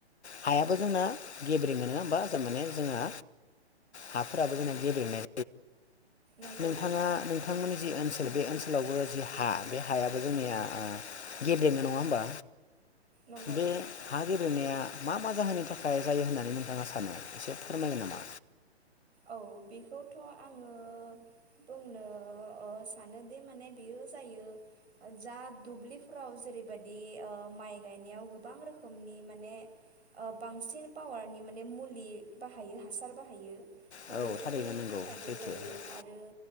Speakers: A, on the left (about 75°); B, on the right (about 70°).
A: हायाबो जोंना गेब्रेङो नोङा ओमबा तारमाने जोंहा हाफोराबो जोंना गेब्रेनाय
B: नंगौ
A: नोंथाङा नोंथांमोननि जि ओनसो सोल बे ओनसोलावबो जि हा बे हायाबो जोंनिया ओ गेब्रेङो नङा ओमबा?
B: नंगौ
A: बे हा गेब्रेंनाया मा मा जाहोननि थाखाय जायो होननानै नोंथाङा सानो एसे फोरमायगोन नामा।
B: औ बेखौथ' आङो बुंनो ओ सानोदि माने बेयो जायो जा दुब्लिफोराव जेरैबदि ओ माइ गायनायाव गोबां रोखोमनि माने ओ बांसिन पावारनि माने मुलि बाहायो हासार बाहायो
A: औ
B: बेफोरनि
A: थारैनो नंगौ
B: थाखायबो
A: सैथो
B: जायो
A: औ
B: आरो